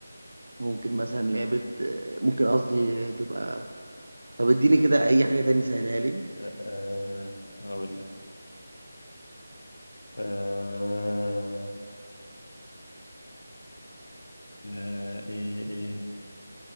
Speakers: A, on the right (about 70°); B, on the left (about 75°).
A: ممكن مثلا لعبة آه، ممكن قصدي آه، تبقى طب اديني كده أي حاجة تاني سهلها لي
B: أه آه، أقول لك أه آه، إيه إيه